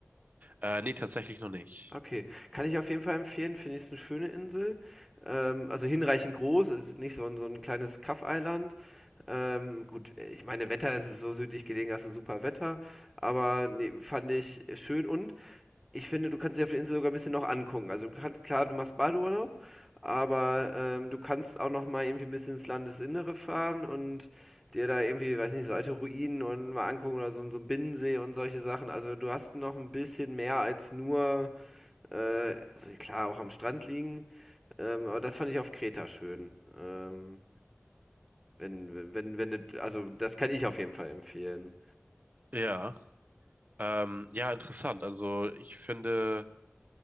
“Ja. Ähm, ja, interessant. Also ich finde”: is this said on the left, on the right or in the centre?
Right